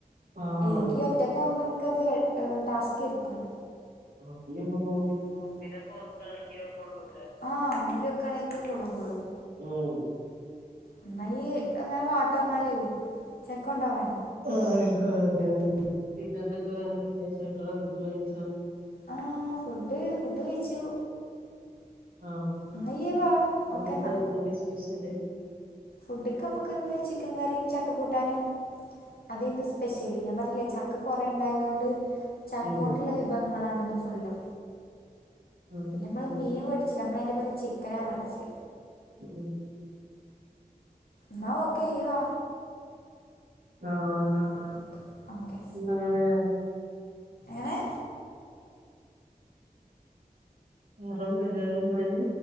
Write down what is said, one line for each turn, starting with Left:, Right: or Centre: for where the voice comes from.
Right: ആഹ്
Left: ഇല്ലെങ്കി ഒറ്റയ്ക്കാവുമ്പൻക്കത് എഹ് ടാസ്കെരിക്കും.
Right: ആഹ് ഇഞ്ഞ് പ്പൊ
Left: ഇഞ്പ്പൊ മുമ്പിലൊക്കെ വെക്കാണക്കിലൊ കൊള്ളൂലെ. ആഹ് മുമ്പില് വെക്കാണെങ്കി കൊള്ളും കൊള്ളും.
Right: ഉം
Left: ഇന്ന യ്യ് അങ്ങനെ വാട്ടൊ ന്നാല് ചക്കൊണ്ടോവാൻ.
Right: ആഹ് <unintelligible> പിന്നെന്തൊക്കെ വേറെ വിശേഷങ്ങള് ഫുഡ് കഴിച്ച?
Left: ആഹ് ഫുഡ് ഫുഡ് കഴിച്ചു.
Right: ആഹ്
Left: എന്നാ ഇയ്യ് വാ
Right: ഫുഡ്ക്കെന്തേനി
Left: ഓക്കെ എന്നാ
Right: സ്പെഷ്യല്?
Left: ഫുഡ്ക്ക് അമ്മക്ക്ന്ന് ചിക്കൻ കറിം ചക്ക കൂട്ടാനും. അതെയ്ന്നു സ്പെഷ്യല് ഞാമ്പർഞ്ഞിലേ ചക്ക കൊറേ ഇണ്ടായതോണ്ട് ചക്കോണ്ട്
Right: ഉം
Left: ഇള്ള വിഭവങ്ങളാണ് ഇന്ന് ഫുള്ളും
Right: ആഹ്
Left: പിന്നമ്മള്
Right: ശരി
Left: മീൻ വേ ട്ച്ചില നമ്മളയ്ന്റെ പകരം ചിക്കനാ മേടിച്ച്.
Right: ഉം.
Left: ന്ന ഓക്കെ ഇയ്യ് വാ.
Right: ആഹ് ആയിക്കോട്ടെ
Left: ആഹ് ഓക്കെ
Right: ഇന്നങ്ങനെ
Left: എങ്ങനെ
Right: വേറെ ഒന്നുല്ലല്ലോ എന്നാല്?